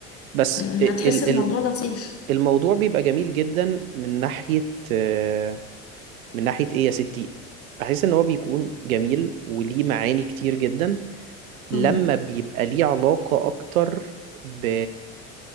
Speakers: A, on the right; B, on the left.
A: بس
B: آه، هتحس
A: ال-
B: الموضوع
A: ال-
B: لطيف
A: الموضوع بيبقى جميل جدا من ناحية آه، من ناحية ايه يا ستي بحس ان هو بيكون جميل وليه معاني كتير جدا لما
B: مهم.
A: بيبقى ليه علاقة اكتر ب...